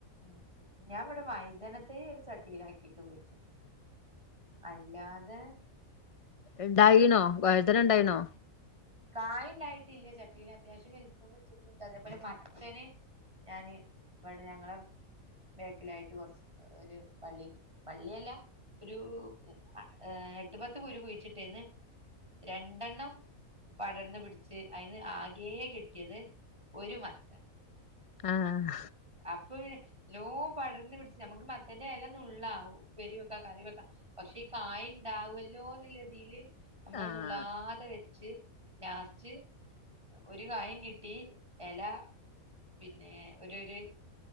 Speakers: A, on the right; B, on the left.
A: ഉ ഉ ഞാൻവിടെ വൈതനത്തെയ് ഒരു ചട്ടിയിലാക്കിയിട്ട് കുയിച്ചിട്ടിട്ടുണ്ട് അല്ലാതെ
B: ഉണ്ടായീണോ വഴ്തന ഉണ്ടായിണോ
A: കായ്ണ്ടായിട്ടില്ല ചട്ടീല് അത്യാവശ്യം വലുപ്പം വെച്ചിട്ടുണ്ട് അതേപോലെ മത്തന് ഞാന് ഇവിടെ ഞങ്ങളെ ബേക്കിലായിട്ട് കൊറച്ച് ഒരു വള്ളി വള്ളിയല്ല ഒരു ഏ എട്ട് പത്ത് കുരു കുഴിച്ചിട്ടേന്ന് രണ്ടെണ്ണം പടർന്ന് പിടിച്ച് അതിന് ആകേ കിട്ടിയത് ഒരു മത്തൻ
B: ആഹ
A: അപ്പൊ പിന്നെ നല്ലോ പടർന്ന് പിടിച്ച നമുക്ക് മത്തൻന്റെ ഇലന്നുള്ളാ ഉപ്പേരി വെക്കാ കറി വെക്കാം പക്ഷേ ഈ കായ ഉണ്ടാവുല്ലോ ള്ള തീല് നമ്മളന്ന്ള്ളാതെ
B: ആഹ്
A: വെച്ച് ലാസ്റ്റ് ഒരു കായം കിട്ടി ഇല പിന്നെ ഒരു ഒരു